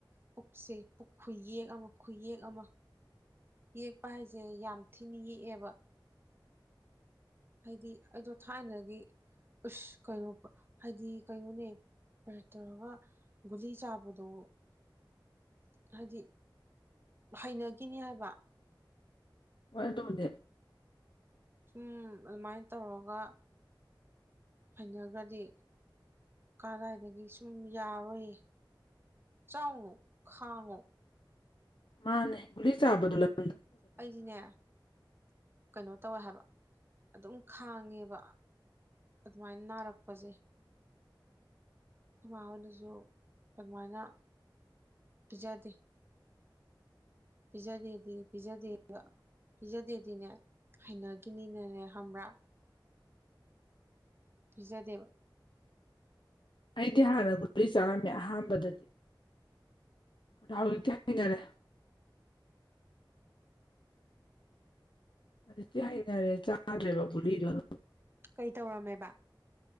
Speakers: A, on the right; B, on the left.
A: ꯄꯨꯛꯁꯦ ꯄꯨꯛ ꯈꯨꯌꯦꯛ ꯑꯃ ꯈꯨꯌꯦꯛ ꯑꯃ ꯌꯦꯛꯄ ꯍꯥꯏꯖꯦ ꯌꯥꯝ ꯊꯤꯅ ꯌꯦꯛꯑꯦꯕ ꯍꯥꯏꯗꯤ ꯑꯩꯗꯣ ꯊꯥꯏꯅꯒꯤ ꯎꯁ ꯀꯩꯅꯣ ꯍꯥꯏꯗꯤ ꯀꯩꯅꯣꯅꯦ ꯄꯦꯔꯠ ꯇꯧꯔꯒ ꯒꯨꯂꯤ ꯆꯥꯕꯗꯣ ꯍꯥꯏꯗꯤ ꯍꯩꯅꯒꯤꯅꯤ ꯍꯥꯏꯕ
B: ꯍꯣꯏ ꯑꯗꯨꯕꯨꯗꯤ
A: ꯁꯨꯝ ꯑꯗꯨꯃꯥꯏ ꯇꯧꯔꯒ ꯍꯩꯅꯒ꯭ꯔꯗꯤ ꯀꯗꯥꯏꯗꯒꯤ ꯁꯨꯝ ꯌꯥꯔꯔꯣꯏꯌꯦ ꯆꯥꯎꯅꯣ ꯈꯥꯡꯉꯣ
B: ꯃꯥꯅꯦ ꯒꯨꯂꯤ ꯆꯥꯕꯗꯨ ꯂꯝ
A: ꯑꯩꯗꯤꯅꯦ ꯀꯩꯅꯣ ꯇꯧꯋꯦ ꯍꯥꯏꯕ ꯑꯗꯨꯝ ꯈꯥꯡꯉꯦꯕ ꯑꯗꯨꯃꯥꯏ ꯅꯥꯔꯛꯄꯖꯦ ꯈꯨꯃꯥꯍꯣꯏꯅꯖꯨ ꯑꯗꯨꯃꯥꯏꯅ ꯄꯤꯖꯗꯦ ꯄꯤꯖꯗꯦꯗꯤ ꯄꯤꯖꯗꯦꯕ ꯄꯤꯖꯗꯦꯗꯤꯅꯦ ꯍꯩꯅꯒꯤꯅꯤꯅꯅꯦ ꯈꯪꯕ꯭ꯔꯥ ꯄꯤꯖꯗꯦꯕ
B: ꯑꯩꯗꯤ ꯍꯥꯟꯅ ꯒꯨꯂꯤ ꯆꯥꯔꯝꯃꯦ ꯑꯍꯥꯟꯕꯗꯗꯤ ꯑꯗꯣ ꯍꯧꯖꯤꯛꯇꯤ ꯍꯩꯅꯔꯦ ꯍꯧꯖꯤꯛꯇꯤ ꯍꯩꯅꯔꯦ ꯆꯥꯗ꯭ꯔꯦꯕ ꯒꯨꯂꯤꯗꯣ ꯑꯗꯨꯝ
A: ꯀꯩ ꯇꯧꯔꯝꯃꯦꯕ